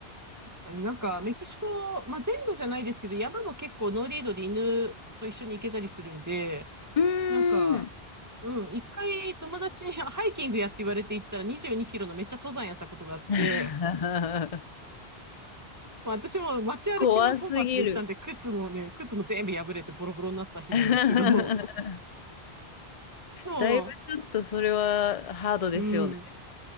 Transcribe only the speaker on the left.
うーん。
<laughs>
怖すぎる。
<laughs>
だいぶちょっとそれはハードですよね。